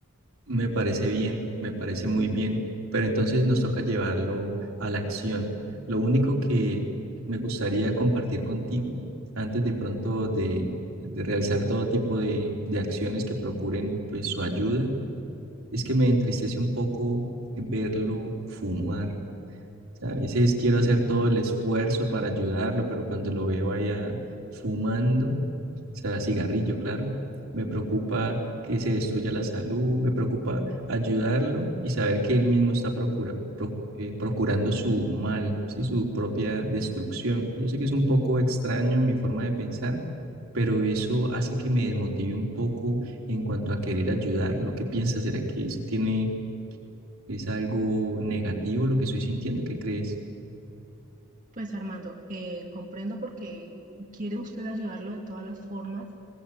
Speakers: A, on the right; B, on the right.
A: Me parece bien, me parece muy bien, pero entonces nos toca llevarlo a la acción. Lo único que me gustaría compartir contigo antes de pronto de, de realizar todo tipo de, de acciones que procuren pues su ayuda, es que me entristece un poco verlo fumar sea, a veces quiero hacer todo el esfuerzo para ayudarlo, pero cuando lo veo allá fumando, o sea, cigarrillo, claro, me preocupa que se destruya la salud, me preocupa ayudarlo y saber que él mismo está procura- proc- eh, procurando su mal, ¿sí? Su propia destrucción. Yo sé que es un poco extraño mi forma de pensar, pero eso hace que me desmotive un poco en cuanto a querer ayudar. ¿Lo que piensas? ¿Será que eso tiene, es algo negativo lo que estoy sintiendo? ¿Qué crees?
B: Pues Armando, eh, comprendo porque quiere usted ayudarlo de todas las formas